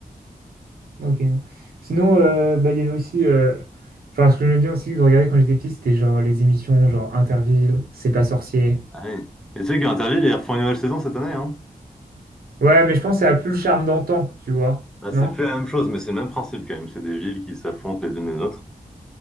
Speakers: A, on the right; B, in the centre.
A: Ok, non. Sinon, euh, bah, il y avait aussi. euh, Enfin, ce que j'aimais bien aussi de regarder quand j'étais petit, c'était genre les émissions, genre Interville, C'est pas sorcier.
B: Ah oui. Et tu sais qu'Interville, ils refont une nouvelle saison cette année, hein.
A: Ouais, mais je pense que ça a plus le charme d'antan, tu vois.
B: Ah, c'est
A: Non?
B: plus la même chose, mais c'est le même principe quand même. C'est des villes qui s'affrontent les unes les autres.